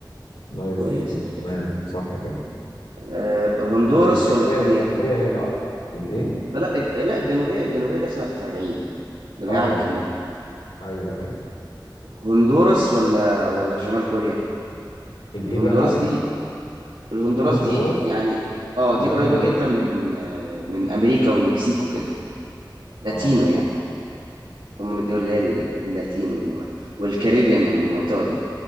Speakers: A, on the left (about 80°); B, on the right (about 80°).
A: نايس
B: كوريا 26
A: انت تمام صح كده
B: آه هندوراس
A: أنا يمكن
B: ولا
A: هي
B: كوريا
A: الجنوبيه هي اللي اكتر الايه
B: آه، لا الج- لا الجنوبيه الجنوبيه داخله في 40 جميع
A: اه
B: عدد كبير
A: ايوه ايوه
B: هندوراس ولا ولا شمال كوريا
A: الايه
B: الهندوراس
A: بقى معلش
B: دي الهندوراس
A: هندوراس
B: دي يعني اه
A: ولا
B: دي قريبه
A: اندوراس
B: جدا من آه، من امريكا والمكسيك وكده لاتينو
A: اه
B: يعني هم من الدول اللي هي الل- اللاتين و- والكاريبيان والمنطقة دي